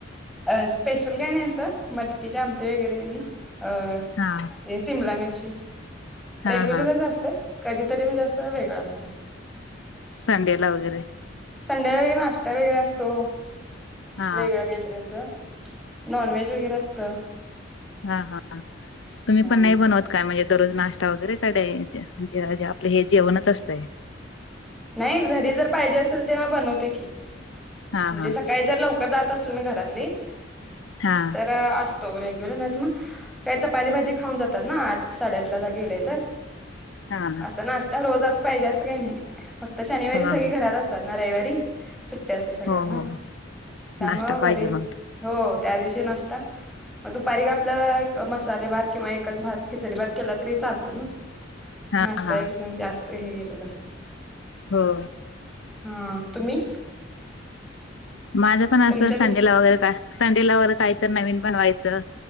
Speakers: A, in the centre; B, on the left.
A: स्पेशल काय नाही असं, मटकीेची आमटी वगैरे आणि अ
B: हा
A: हे सिमला मिरची,
B: हा
A: रेग्युलरच
B: हा
A: असतय कधीतरी म्हणजे असं वेगळं असतं.
B: संडे ला वगैरे.
A: संडेला वगैरे नाश्ता वगैरे असतो
B: हा
A: वेगळं काहीतरी असं. नॉनव्हेज वगैरे असतं.
B: हा हा तुम्ही
A: हा
B: पण नाही बनवत का म्हणजे दररोज नाश्ता वगैरे? क का डेेे आपले हे जेवणच असतंय?
A: नाही घरी जर पाहिजे असेल तेव्हा बनवते की.
B: हा
A: म्हणजे
B: हा
A: सकाळी जर लवकर जात असली ना घरातली
B: हा
A: तर अस तो रेग्यूलर नाही त म त्या चपाती भाजी खाऊन जातात ना आठ साडेआठ ला जा गेले तर.
B: हा हा
A: असा नाश्ता रोजच पाहिजे असं काही नाही, फक्त शनिवारी
B: हा,
A: सगळी
B: हा.
A: घरात अस तात ना रविवारी, सुट्टी असते सगळ्यांना
B: हो हो
A: त्यामुळ
B: नाश्ता पाहिजे
A: घरी
B: मग
A: हो त्या दिवशी नाश्ता दुपारी काय आपलं मसाले भात किंवा एकच भात, खिचडी भात केला तरी चालतं ना.
B: हा
A: नाश्ता
B: हा
A: एकदम जास्त हे गेलं असत
B: हो.
A: हां तुम्ही?
B: माझं पण असं
A: तुमच्यात
B: संडेला वगैरे काय संडेला वगैरे काय तर नवीन बनवायचं